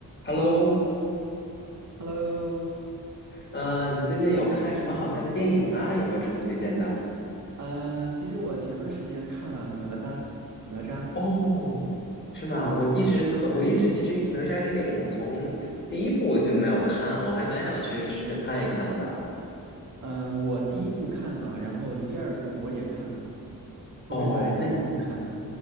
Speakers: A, on the left; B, on the right.
A: Hello，
B: Hello，
A: 呃，你最近有看什么好看的电影吗？有没有什么推荐的？
B: 呃，其实我前段时间看了《哪吒》，哪吒，
A: 哦，是吗？我一直特，我一直其实《哪吒》这个电影，
B: 对，
A: 我从第一部我就没有看，我还蛮想去试着看一看的。
B: 嗯、我第一部看了，然后第二部我也看了，都是在电影院看的。
A: 哦，那你，